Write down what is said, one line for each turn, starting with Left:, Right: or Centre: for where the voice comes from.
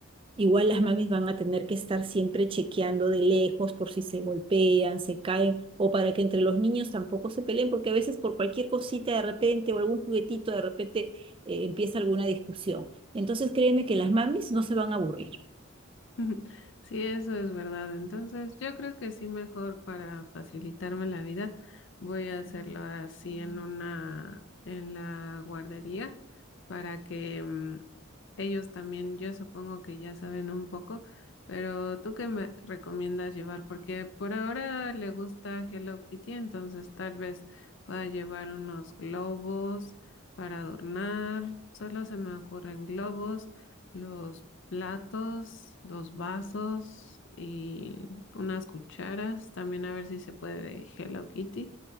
Right: igual las mamis van a tener que estar siempre chequeando de lejos por si se golpean, se caen, o para que entre los niños tampoco se peleen, porque a veces por cualquier cosita de repente o algún juguetito de repente eh, empieza alguna discusión. Entonces créeme que las mamis no se van a aburrir.
Left: <laughs> Ujú. Sí, eso es verdad. Entonces, yo creo que sí, mejor para facilitarme la vida, voy a hacerlo así en una, en la guardería, para que mm, ellos también, yo supongo que ya saben un poco, pero ¿tú qué me recomiendas llevar? Porque por ahora le gusta Hello Kitty, entonces tal vez pueda llevar unos globos para adornar. Solo se me ocurren globos los platos, dos vasos y unas cucharas. También a ver si se puede de Hello Kitty.